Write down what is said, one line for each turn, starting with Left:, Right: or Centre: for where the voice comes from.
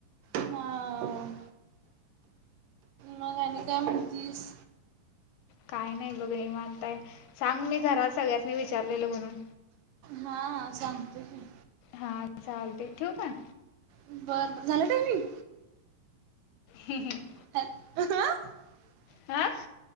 Right: हा मग आणि काय म्हणतीस?
Left: काय नाही बघ निवांत आहे सांग मी घरात सगळ्यासनी विचारलेल म्हणून?
Right: हा हा सांगतो की.
Left: हा चालतंय ठेवू काय.
Right: बरं बर झालं टाइमिंग?
Left: हम्म हम्म
Right: <inaudible>
Left: हा